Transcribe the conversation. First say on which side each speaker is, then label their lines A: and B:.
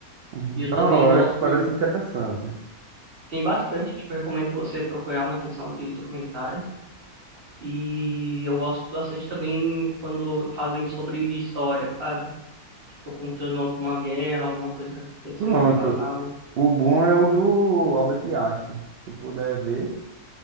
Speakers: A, on the right; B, on the right.
A: Uhum.
B: E eu
A: Da
B: também
A: hora,
B: gosto,
A: isso parece interessante.
B: tem bastante, tipo, recomendo você procurar na seção de documentários. E eu gosto bastante também quando fazem sobre história, sabe? Tipo, contando alguma guerra, alguma coisa que aconteceu
A: Pronto.
B: no passado.
A: O bom é o do Albert Einstein. Se tu puder ver.